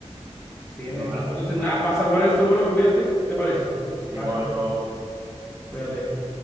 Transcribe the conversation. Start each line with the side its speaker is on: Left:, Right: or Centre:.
Centre: Bien,
Right: Pero
Centre: mi hermano.
Right: nada,
Centre: pues,
Right: mi
Centre: Entonces,
Right: hermano.
Centre: nada, pasa por esto, bro. Cuídate. ¿Qué te parece?
Right: Igual,
Centre: Dale.
Right: bro.
Centre: Cuídate.